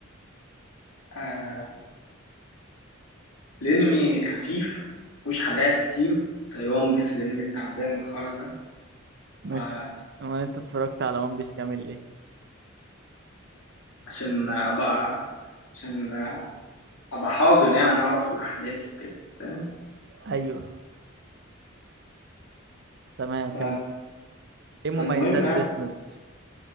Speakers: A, on the left; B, on the right.
A: أه الأنمي خفيف مفهوش حلقات كتير زي وان بيس الأنمي التعبان الحر ده
B: ما انت ما انت اتفرجت على ون بيس كامل ليه؟
A: عشان ابقى عشان ابقى حاضر يعني اعرف الاحداث وكده فاهم
B: ايوه تمام
A: ف...
B: كمل ايه
A: فالمهم
B: مميزات
A: يعني
B: ديس نوت؟